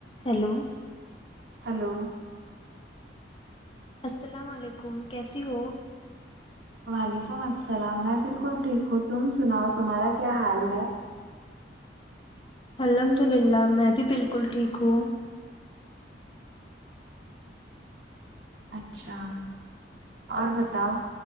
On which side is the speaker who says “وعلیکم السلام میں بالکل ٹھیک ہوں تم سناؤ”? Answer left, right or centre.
Right